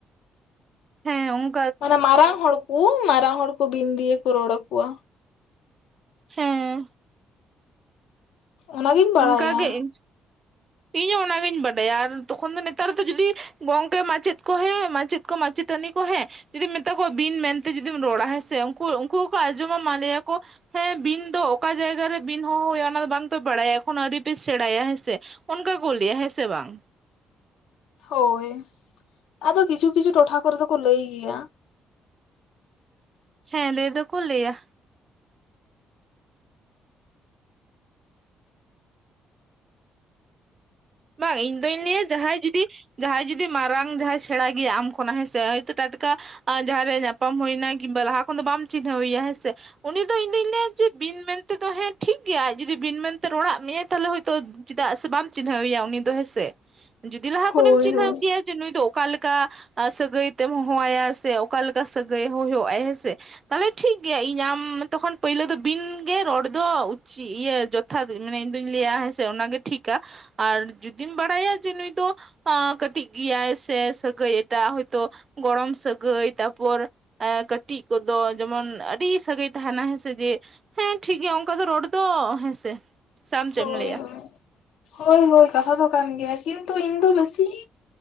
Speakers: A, on the right (about 35°); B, on the left (about 85°).
A: ᱦᱮᱸ ᱚ
B: ᱢᱟᱱᱮ ᱢᱟᱨᱟᱝ ᱦᱚᱲ ᱠᱩ ᱢᱟᱨᱟᱝ ᱦᱚᱲ ᱠᱚ ᱵᱤᱱ ᱫᱤᱭᱟᱹ ᱠᱚ ᱨᱚᱲ ᱟᱠᱚᱣᱟ᱾
A: ᱦᱮᱸ
B: ᱚᱱᱟᱜᱤᱧ ᱵᱟᱲᱟᱭᱟ
A: ᱚᱱᱠᱟᱜᱮ ᱤ ᱤᱧᱦᱚᱸ ᱚᱱᱟᱜᱤᱧ ᱵᱟᱰᱟᱭᱟ ᱟᱨ ᱛᱚᱠᱷᱚᱱ ᱫᱚ ᱱᱮᱛᱟᱨ ᱫᱚ ᱡᱩᱫᱤ ᱜᱚᱝᱠᱮ ᱢᱟᱪᱮᱫ ᱠᱚ ᱦᱮᱸ ᱢᱟᱪᱮᱫ᱾ ᱠᱚ ᱢᱟᱪᱮᱛᱟᱱᱤ ᱠᱚ ᱦᱮᱸ᱾ ᱡᱩᱫᱤᱢ ᱢᱮᱛᱟ ᱠᱚᱣᱟ ᱵᱤᱱ ᱢᱮᱱᱛᱮ ᱡᱩᱫᱤᱢ ᱨᱚᱲᱟ ᱦᱮᱸᱥᱮ ᱩᱱᱠᱩ ᱩᱱᱠᱩ ᱦᱚᱸᱠᱚ ᱟᱸᱡᱚᱢᱟᱢᱟ ᱞᱟᱹᱭᱟᱹ ᱠᱚ᱾ ᱦᱮᱸ ᱵᱤᱱ ᱫᱚ ᱚᱠᱟ ᱡᱟᱭᱜᱟ ᱨᱮ ᱵᱤᱱ ᱦᱚᱦᱚ ᱦᱳᱭᱳᱜᱼᱟ ᱚᱱᱟ ᱫᱚ ᱵᱟᱝᱯᱮ ᱵᱟᱲᱟᱭᱟ᱾ ᱱᱚ ᱟᱹᱣᱨᱤ ᱯᱮ ᱥᱮᱸᱬᱟᱭᱟ ᱦᱮᱸ ᱥᱮ ᱚᱱᱠᱟ ᱠᱚ ᱞᱟᱹᱭᱟ ᱦᱮᱸ ᱥᱮ ᱵᱟᱝ᱾
B: ᱦᱳᱭ ᱟᱫᱚ ᱠᱤᱪᱷᱩ ᱠᱤᱪᱷᱩ ᱴᱚᱴᱷᱟ ᱠᱚᱨᱮ ᱫᱚᱠᱚ ᱞᱟᱹᱭ ᱜᱮᱭᱟ᱾
A: ᱦᱮᱸ ᱞᱟᱹᱭ ᱫᱚᱠᱚ ᱞᱟᱹᱭᱟ᱾ ᱵᱟᱝ ᱤᱧ ᱫᱚᱧ ᱞᱟᱹᱭᱟ ᱡᱟᱦᱟᱸᱭ ᱡᱩᱫᱤ ᱡᱟᱦᱟᱸᱭ ᱡᱩᱫᱤ ᱢᱟᱨᱟᱝ ᱡᱟᱦᱟᱸᱭ ᱥᱮᱬᱟ ᱜᱮᱭᱟᱭ ᱟᱢ ᱠᱷᱚᱱᱟᱜ ᱦᱮᱸᱥᱮ ᱦᱚᱭᱛᱚ ᱴᱟᱴᱠᱟ ᱟ ᱡᱟᱦᱟᱸᱨᱮ ᱧᱟᱯᱟᱢ ᱦᱩᱭᱱᱟ ᱠᱤᱝᱵᱟ ᱞᱟᱦᱟ ᱠᱷᱚᱱᱫᱚ ᱫᱚ ᱵᱟᱝ ᱪᱤᱱᱦᱟᱹᱣᱮᱭᱟ ᱦᱮᱸᱥᱮ᱾ ᱩᱱᱤ ᱫᱚ ᱤᱧᱫᱚᱧ ᱞᱟᱹᱭᱟ ᱡᱮ ᱵᱤᱱ ᱢᱮᱱᱛᱮ ᱫᱚ ᱦᱮᱸ ᱴᱷᱤᱠ ᱜᱮᱭᱟᱭ ᱡᱩᱫᱤ ᱵᱤᱱ ᱢᱮᱱᱛᱮ ᱨᱚᱲᱟᱜ ᱢᱮᱭᱟ ᱛᱟᱞᱮ ᱦᱚᱭᱛᱚ ᱪᱮᱫᱟᱜ ᱥᱮ ᱵᱟᱢ ᱪᱤᱱᱦᱟᱹᱣᱮᱭᱟ ᱩᱱᱤ ᱫᱚ ᱦᱮᱸᱥᱮ, ᱡᱩᱫᱤ ᱞᱟᱦᱟ
B: ᱦᱳᱭ
A: ᱠᱷᱚᱱᱮᱢ ᱪᱤᱱᱦᱟᱹᱣ
B: ᱦᱳᱭ
A: ᱠᱮᱭᱟ ᱡᱮ ᱱᱩᱭ ᱫᱚ ᱚᱠᱟᱞᱮᱠᱟ ᱥᱟᱹᱜᱟᱹᱭ ᱛᱮᱢ ᱦᱚᱦᱚ ᱣᱟᱭᱟ ᱥᱮ ᱚᱠᱟᱮᱠᱟ ᱥᱟᱹᱜᱟᱹᱭ ᱦᱩᱭᱩᱜ ᱦᱩᱭᱩᱜᱟᱭ ᱦᱮᱸ ᱥᱮ᱾ ᱛᱟᱦᱞᱮ ᱴᱷᱤᱠᱜᱮᱭᱟ ᱤᱧ ᱟᱢ ᱛᱚᱠᱷᱚᱱ ᱯᱟᱹᱭᱞᱟᱹ ᱫᱚ ᱵᱤᱱ ᱜᱮ ᱨᱚᱲ ᱫᱚ ᱩᱪᱤᱛ ᱤᱭᱟᱹ ᱡᱚ ᱛᱷᱟᱛ ᱢᱟᱱᱮ ᱤᱧ ᱫᱚᱧ ᱞᱟᱹᱭᱟ ᱦᱮᱸᱥᱮ ᱚᱱᱟᱜᱮ ᱴᱷᱤᱠᱟ ᱟᱨ ᱡᱩᱫᱤᱢ ᱵᱟᱲᱟᱭᱟ ᱡᱮ ᱱᱩᱭ ᱫᱚ ᱚᱸ ᱠᱟᱹᱴᱤᱡ ᱜᱮᱭᱟᱭ ᱥᱮ ᱥᱟᱹᱜᱟᱹᱭ ᱮᱴᱟᱜ ᱦᱚᱭᱛᱚ ᱜᱚᱲᱚᱢ ᱥᱟᱹᱜᱟᱹᱭ ᱛᱟᱯᱚᱨ ᱮᱸ ᱠᱟᱹᱴᱤᱡ ᱠᱚᱫᱚ ᱡᱮᱢᱚᱱ ᱟᱹᱰᱤ ᱥᱟᱹᱜᱟᱹᱭ ᱛᱟᱦᱮᱱᱟ ᱦᱮᱸᱥᱮ ᱡᱮ ᱦᱮᱸ ᱴᱷᱤᱠ ᱜᱮᱭᱟ ᱚᱝᱠᱟ ᱫᱚ ᱨᱚᱲ ᱫᱚ ᱦᱮᱸᱥᱮ ᱥᱮ ᱟᱢ
B: ᱦᱳᱭ
A: ᱪᱮᱫ ᱮᱢ ᱞᱟᱹᱭᱟ
B: ᱦᱳᱭ᱾ ᱦᱳᱭ ᱦᱳᱭ ᱠᱟᱛᱷᱟ ᱫᱚ ᱠᱟᱱ ᱜᱮᱭᱟ ᱠᱤᱱᱛᱩ ᱤᱧ ᱫᱚ ᱵᱮᱥᱤ